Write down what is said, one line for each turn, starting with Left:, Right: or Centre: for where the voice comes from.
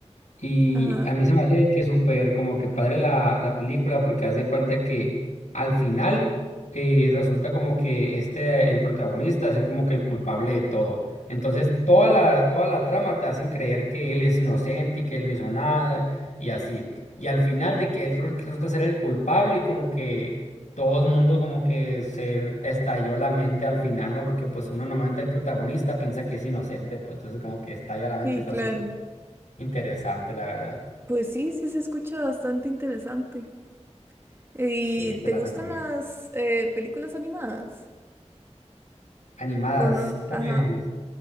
Left: Y
Right: Ajá.
Left: a mí se me hace que súper como que padre la, la película porque haz de cuenta que al final eh, resulta como que este, el protagonista, ser como que el culpable de todo. Entonces toda
Right: Mm.
Left: la, toda la trama te hacen creer que él es inocente y que él no hizo nada y así. Y al final de que él ru- resulta ser el culpable y como que todo el mundo como que se estalló la mente al final, ¿no? Porque pues uno normalmente el protagonista piensa que es inocente, pues entonces como que estalla la mente,
Right: Sí,
Left: está
Right: claro.
Left: súper. Interesante, la verdad.
Right: Pues sí, sí se escucha bastante interesante. ¿Y
Left: Sí,
Right: te
Left: te la
Right: gustan
Left: recomiendo.
Right: las eh, películas animadas?
Left: Animadas,
Right: ¿O no?
Left: pues,
Right: Ajá.